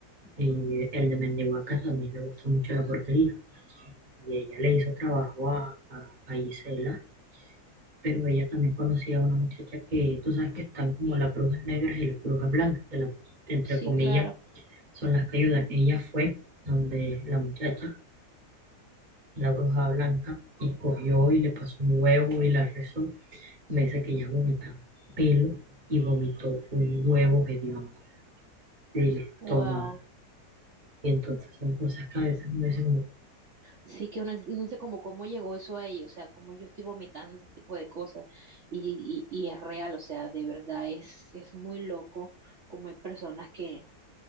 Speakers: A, on the right (about 30°); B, on the right (about 50°).
A: eh, el de Mendihuaca también le gusta mucho la porquería y ella le hizo trabajo a, a, a Gisela pero ella también conocía a una muchacha que tú sabes que están como las brujas negras y las brujas blancas, que las, entre
B: Sí,
A: comillas
B: claro.
A: son las que ayudan. Ella fue donde la muchacha, la bruja blanca, y cogió y le pasó un huevo y la rezó. Me dice que ella vomitaba pelo y vomitó un huevo hediondo del estómago.
B: Wow.
A: Y entonces son cosas que a veces me dicen, como,
B: Sí que uno dice uno dice como cómo llegó eso ahí, o sea, cómo yo estoy vomitando ese tipo de cosas. Y, y, y es real, o sea, de verdad es, es muy loco como hay personas que,